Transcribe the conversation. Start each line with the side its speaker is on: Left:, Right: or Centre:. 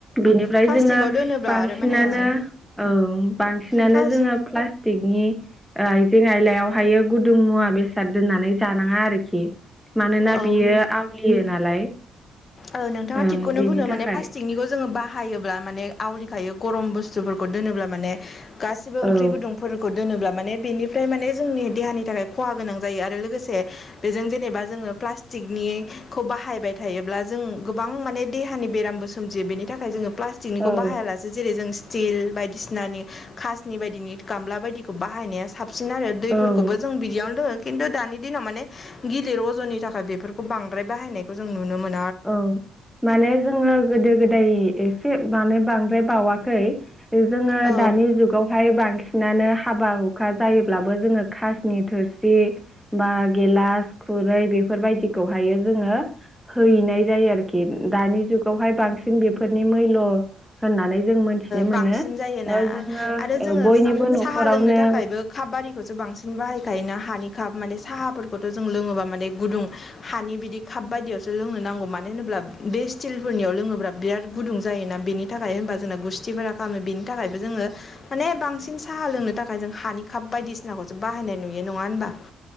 Centre: बेनिफ्राय
Left: प्लास्टिकआव
Centre: जोङो
Left: दोनोब्ला
Centre: बांसिनानो
Left: आरो माने जों
Centre: औ बांसिनानो
Left: प्लास
Centre: जोङो प्लास थिकनि ओ आइजें आयलायावहायो गुदुं मुवा बेसाद दोननानै जानाङा आरोखि मानोना
Left: औ
Centre: बियो यो नालाय
Left: औ नोंथाङा
Centre: ओ
Left: थिगखौनो
Centre: बिनि
Left: बुंदों
Centre: थाखाय
Left: माने प्लास्टिकनिखौ जोङो बा हायोब्ला माने आवलि खायो गरम बुस्थुफोरखौ दोनोब्ला माने गासिबो ओंख्रि
Centre: औ
Left: गुदुंफोरखौ दोनोब्ला माने बेनिफ्राय माने जोंनि देहानि थाखाय खहा गोनां जायो आरो लोगोसे बेजों जेनेबा जोङो प्लास्टिकनिखौ बाहायबाय थायोब्ला जों गोबां माने देहानि बेरामबो सोमजियो बेनि थाखाय जोङो प्लास्टिकनिखौ
Centre: औ
Left: बाहायालासे जेरै जों स्टिल बायदिसिनानि खासनि बायदिनि गामला बायदिखौ बाहायनाया साबसिन आरो दैफोरखौबो
Centre: औ
Left: जों बिदियावनो खिन्थु दानि दिनाव माने गिलिर अज'नि थाखाय बेफोरखौ बांद्राय बाहायनायखौ जों नुनो मोनो
Centre: औ माने जोंङो गोदो गोदाय एसे माने बांद्राय बावाखै जोंङो
Left: औ ओ
Centre: दानि जुगावहाय बांसिनानो हाबा हुखा जायोब्लाबो जोंङो खनि थोरसि बा गेलास खुरै बेफोरबायदिखौहाय जोंयो हैनाय जायो आरोखि दानि जुगावहाय बांसिन बेफोरनि मैल' होननानै जों मोनथिनो
Left: बांसिन
Centre: मोनो
Left: जायोना
Centre: ओ जोङो
Left: आरो जोंङो
Centre: बयनिबो न'खरावनो
Left: साहा लोंनो थाखायबो काप आरिखौसो बांसिन बांसिन बाहाय ओंखायनो हानि काप माने साहाफोरखौथ' जों लोङोबा माने गुदुं हानि बिदि काप बायदियावसो लोंनो नांगौ मानो होनोब्ला बे स्टिलफोरनियाव लोंङोब्ला बिराद गुदुं जायोना बेनि थाखाय होनबा जोंनोब गुस्थिफोरा खालामो बिनि थाखायबो जोंङो माने बांसिन साहा लोंनो थाखाय जों हानि काप बायदिसिनाखौ जों बाहायनाय नुयो नंङा होनबा